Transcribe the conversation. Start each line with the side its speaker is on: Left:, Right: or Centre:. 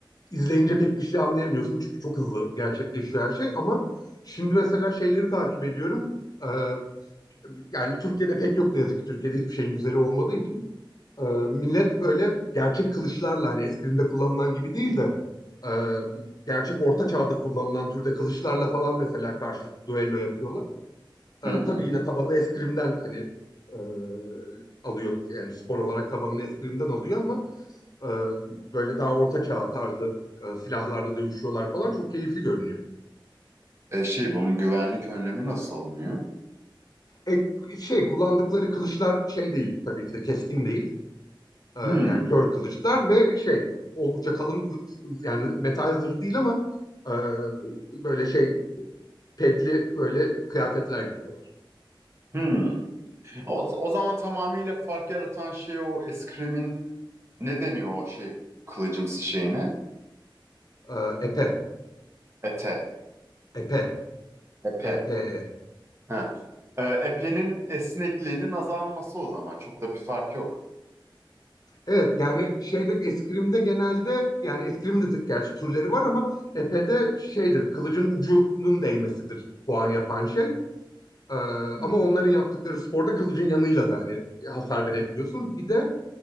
Left: İzleyince pek bir şey anlayamıyorsun çünkü çok hızlı gerçekleşiyor her şey ama şimdi mesela şeyleri takip ediyorum. Ee, yani Türkiye'de pek yok ne yazık ki Türkiye'de hiçbir şeyin güzeli olmadığı için Ee, millet böyle gerçek kılıçlarla hani eskrimde kullanılan gibi değil de e, gerçek orta çağda kullanılan türde kılıçlarla falan mesela karşılıklı duello yapıyorlar.
Right: Hı
Left: E,
Right: hı.
Left: tabii yine tabanını eskrimden hani e, alıyor yani spor olarak tabanını eskrimden alıyor ama e, böyle daha orta çağ tarzı e, silahlarla dövüşüyorlar falan çok keyifli görünüyor.
Right: E şey bunun güvenlik önlemi nasıl alınıyor?
Left: E, şey kullandıkları kılıçlar şey değil tabii ki de keskin değil. E, yani
Right: Hmm,
Left: kör kılıçlar ve şey oldukça kalın zı- yani metal zırh değil ama e, böyle şey pedli böyle kıyafetler giyiyorlar.
Right: hmm. O, o zaman tamamıyla fark yaratan şey o eskrimin ne deniyor o şey kılıcımsı şeyine?
Left: E, epe,
Right: Ete.
Left: epe,
Right: Epe.
Left: EPE.
Right: Ha. E, epenin esnekliğinin azalması o zaman. Çok da bir fark yok.
Left: Evet yani şeyde eskrimde genelde yani eskrimde de gerçi türleri var ama epede şeydir kılıcın ucunun değmesidir puan yapan şey. Ee,
Right: Hı.
Left: ama onların yaptıkları sporda kılıcın yanıyla da hani hasar verebiliyorsun. Bir de